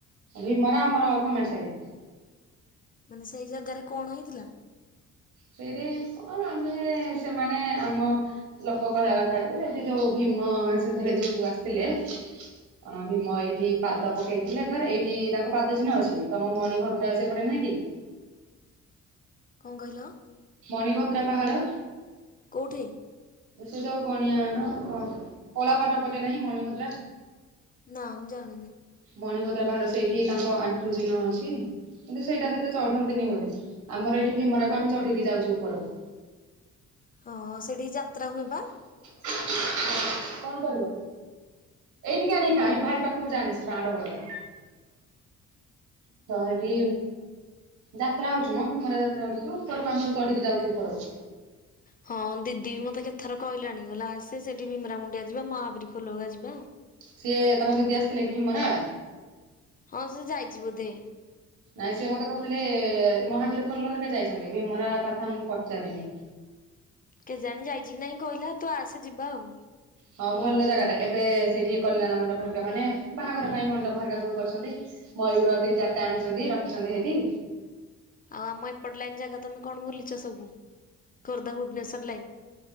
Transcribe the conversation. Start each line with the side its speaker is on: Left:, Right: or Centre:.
Right: ଭିମରା ଆମର ଖମଟି ସାହି ରେ
Left: ମାନେ ସେଇ ଜାଗାରେ କଣ ହେଇଥିଲା?
Right: ସେଇଠି କଣ ଆମେ ସେମାନେ ଆମ ଲୋକ କହିବା କଥା ଯେ ସେଠି ଯୋଉ ଭୀମ ସେଥିରେ ଯୋଉ ଆସିଥିଲେ କଣ ଭୀମ ଏଇଠି ପାଦ ପକେଇଥିଲା ଥରେ ଏଇଠି ତାଙ୍କ ପାଦ ଚିହ୍ନ ଅଛି ତମ ମଣିଭଦ୍ରା ସେପଟେ ନାହିଁ କି
Left: କଣ କହିଲ?
Right: ମଣିଭଦ୍ରା ପାହାଡ଼
Left: କଉଁଠି?
Right: ଏ ସେଇ ଯଉ ଗଣିଆ ନା କଳାପଟ ପଟେ ନାହିଁ ମଣିଭଦ୍ରା।
Left: ନା ମୁ ଜାଣିନି।
Right: ମଣିଭଦ୍ରା ପାହାଡ ସେଇଠି ତାଙ୍କ ଆଣ୍ଠୁ ଚିହ୍ନ ଅଛି। କିନ୍ତୁ ସେଇଟା ସେତେ ଚଢନ୍ତିନି ବୋଧେ ଆମର ଏଠି ଭୀମରାକୁ ଆମେ ଚଢିକି ଯାଉଚୀ ଉପରକୁ।
Left: ହଁ ସେଠି ଯାତ୍ରା ହୁଏ ବା।
Right: କଣ କରିବ ଏଇଠିକି ଆଣି ଖା ଭାଇ ପାଖକୁ ଯାନା ସେ ମାଡ ଗୋଡ ତ ହେଇଠି ଯାତ୍ରା ହଉଚି ମ ଭୀମରା ଯାତ୍ରା ହଉ ଯେଉ ଉପରକୁ ଆମେ ସବୁ ଚଢିକି ଯାଉଛ ଉପରକୁ।
Left: ହଁ ଦିଦି ବି ମତେ କେତଥର କଇଲାଣି କଇ‌ଲା ଆସେ ସେଠି ଭୀମରାମୁଣ୍ଡିଆ ଯିବା ମହାବିିରି ଖୋଲଗା ଯିବା।
Right: ସିଏ ତମ ଦିଦି ଆସିଥିଲେ କି ଭୀମରା?
Left: ହଁ ସେ ଯାଇଚି ବୋଧେ।
Right: ନାଇଁ ସେ ମତେ କହୁଥିଲେ ମହାବୀର ଖୋଲ ହରିକା ଯାଇଛନ୍ତି ଭୀମରା କଥା ମୁଁ ପଚାରିନି।
Left: କେଜାଣି ଯାଇଛି କି ନାହିଁ କହିଲା ତୁ ଆସେ ଯିବା ଆଉ।
Right: ହଁ ଭଲ ଜାଗାଟା ଏବେ ସେଇଠି କଲ୍ୟାଣ ମଣ୍ଡପ ହରିକା ମାନେ ବାହାଘର ପାଇଁ ମଣ୍ଡପ ହରିକା ସବୁ କରିଛନ୍ତି। ମୟୂର ତିନି ଚାରିଟା ଆଣିଛନ୍ତି ରଖିଛନ୍ତି ହେଇଠି।
Left: ଆଉ ଆମ ଏପଟ ଲାଇନ ଜାଗା ତମେ କଣ ବୁଲିଛ ସବୁ ଖୋର୍ଦ୍ଧା ଭୁବନେଶ୍ଵର ଲାଇନ।